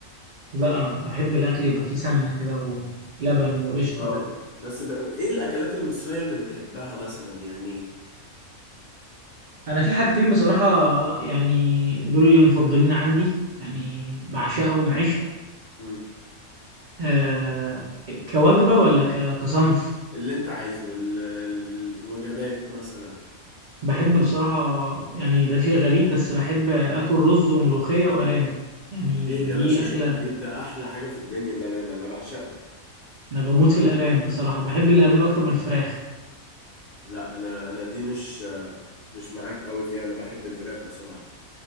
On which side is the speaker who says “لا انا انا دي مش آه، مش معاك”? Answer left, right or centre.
Left